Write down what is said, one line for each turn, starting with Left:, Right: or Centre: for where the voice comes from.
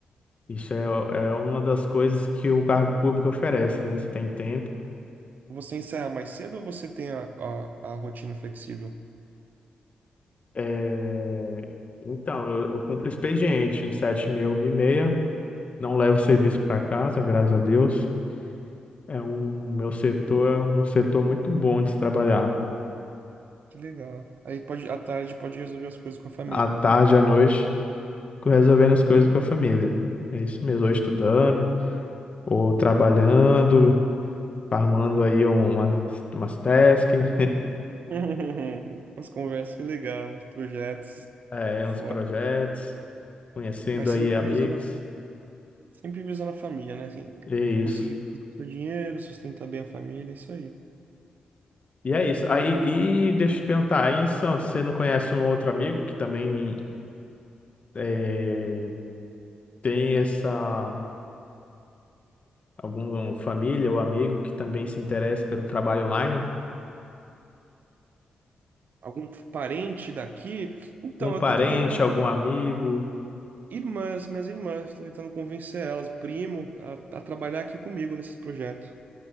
Left: Isso é, é uma das coisas que o cargo público oferece, né? Você tem tempo.
Right: Você encerra mais cedo ou você tem a, a, a rotina flexível?
Left: É, Então, eu, eu cumpro expediente de 7h30, Não levo serviço para casa, graças a Deus. É um, meu setor é um setor muito bom de se trabalhar.
Right: Que legal. Aí pode, à tarde pode resolver as coisas com a família.
Left: À tarde, à noite, resolvendo as coisas com a família. É isso mesmo, ou estudando, ou trabalhando,
Right: Que Legal.
Left: farmando aí uma, umas tasks,
Right: <laughs> As conversas, que legal. Os projetos
Left: <laughs> é,
Right: por
Left: uns
Right: fora.
Left: projetos, conhecendo
Right: Mas
Left: aí
Right: sempre
Left: amigos.
Right: visando, a- sempre visando a família, né? Assim,
Left: É isso.
Right: conseguir fazer o seu dinheiro, sustentar bem a família, é isso aí.
Left: E é isso. Aí, e deixa eu te perguntar, aí em Santos, você não conhece um outro amigo que também eh, tem essa. alguma família ou amigo que também se interessa pelo trabalho online?
Right: algum parente daqui? Então,
Left: Algum parente,
Right: eu tô tentando convencer
Left: algum amigo?
Right: irmãs, minhas irmãs, tô tentando convencer elas, primo, a, a trabalhar aqui comigo nesses projetos.